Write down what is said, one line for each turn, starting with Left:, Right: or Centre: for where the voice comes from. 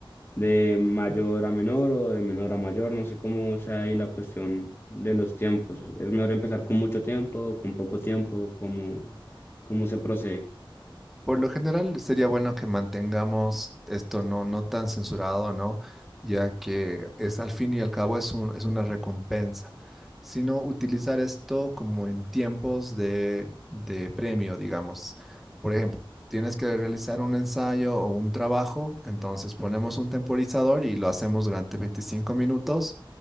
Left: de mayor a menor o de menor a mayor. No sé cómo sea ahí la cuestión de los tiempos. ¿Es mejor empezar con mucho tiempo, con poco tiempo? ¿Cómo, cómo se procede?
Centre: Por lo general sería bueno que mantengamos esto no, no tan censurado, ¿no? Ya que es al fin y al cabo es un- es una recompensa, sino utilizar esto como en tiempos de, de premio, digamos. Por ejemplo, tienes que realizar un ensayo o un trabajo, entonces ponemos un temporizador y lo hacemos durante 25 minutos